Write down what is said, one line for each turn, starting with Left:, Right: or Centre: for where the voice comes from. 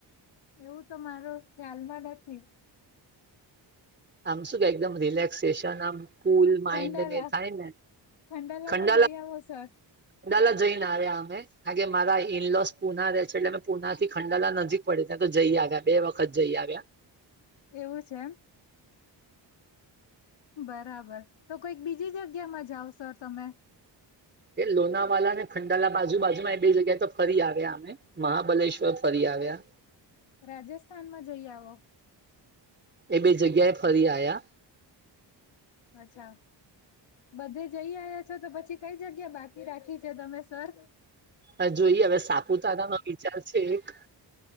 Left: એવું તો મારો ખ્યાલમાં નથી
Right: આમ સુું કે એકમ રિલેક્સેશન આમ કુલ માઈન્ડને
Left: ખંડાલા
Right: થાય ને
Left: ખંડાલામાં
Right: ખંડાલા
Left: જઈ આવો સર
Right: ખંડાલા જઈ ના રહ્યા અમે કારણ કે મારા ઇનલોસ પુના રે છે એટલે અમે પુનાથી ખંડાલા નજીક પડે ત્યાં જઈ આવ્યા બે વખત જઈ આવ્યા
Left: એવું છે એમ બરાબર તો કોઈક બીજી જગ્યામાં જાઓ સર તમે
Right: લોનાવાલા ને ખંડાલા બાજુ બાજુમાં એ બે જગ્યાએ તો ફરી આવ્યા અમે મહાબલેશ્વર ફરી આવ્યા
Left: રાજસ્થાનમાં જઈ આવો
Right: એ બે જગ્યાએ ફરી આયા
Left: અચ્છા બધે જઈ આયા છો તો પછી કઈ જગ્યા બાકી રાખી છે તમે સર
Right: હ જોઈએ હવે સાપુતારા નો વિચાર છે એક